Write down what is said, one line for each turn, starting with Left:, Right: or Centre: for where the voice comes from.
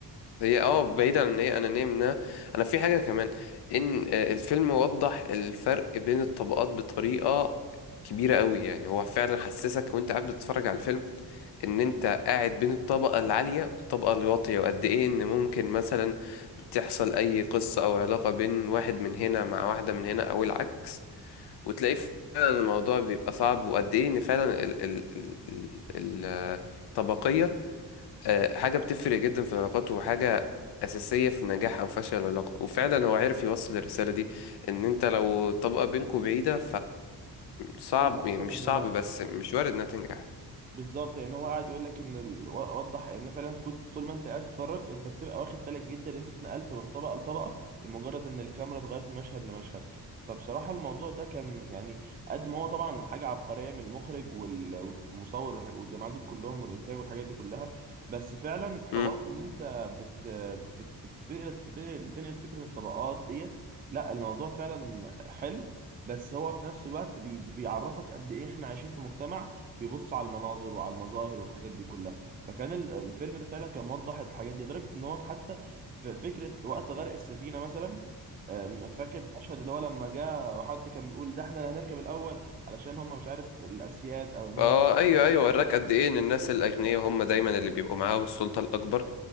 Left: هي اه بعيد عن ان هي انانية منها انا في حاجة كمان ان آه، الفيلم وضح الفرق بين الطبقات بطريقة كبيرة قوي يعني هو فعلا حسسك وانت قاعد بتتفرج على الفيلم ان انت قاعد بين الطبقة العالية والطبقة الواطية وقد ايه ان ممكن مثلا تحصل اي قصة او علاقة بين واحد من هنا مع واحدة من هنا او العكس وتلاقي فعلا الموضوع بيبقى صعب وقد ايه ان فعلا ال ال ال ال ال- الطبقية آه، حاجة بتفرق جدا في العلاقات وحاجة أساسية في نجاح أو فشل العلاقة وفعلا هو عرف يوصل الرسالة دي إن أنت لو الطبقة بينكوا بعيدة فصعب
Right: الاحسن
Left: مش
Right: انه
Left: صعب
Right: لا
Left: بس مش وارد إنها تنجح
Right: بالظبط يعني هو قاعد يقول لك ان ال... وضح ان فعلا كنت طول ما انت قاعد تتفرج انت بتبقى واخد بالك جدا ان انت اتنقلت من طبقه لطبقه لمجرد ان الكاميرا اتغيرت من مشهد لمشهد فبصراحه الموضوع ده كان يعني قد ما هو طبعا حاجه عبقريه من المخرج وال... والمصور والح- والجماعه دول كلهم والانتاج والحاجات دي كلها بس فعلا حوار
Left: مم.
Right: ان انت بت... بت... بت... بتنقل بتنقل بتنقل فكره الطبقات ديت لا الموضوع فعلا حلو بس هو في نفس الوقت بي... بيعرفك قد ايه احنا عايشين في مجتمع بيبص على المناظر وعلى المظاهر والحاجات دي كلها فكان ال- الفيلم ده فعلا كان موضح الحاجات دي لدرجة ان هو حتى في فكرة وقت غرق السفينة مثلا آم، فاكر المشهد اللي هو لما جاء وحد كان بيقول ده احنا اللي هنركب الاول علشان هم مش عارف الاسياد او ان
Left: اه
Right: هم
Left: ايوه ايوه وراك قد ايه ان الناس الاغنياء هم دايما اللي بيبقوا معاهم السلطه الاكبر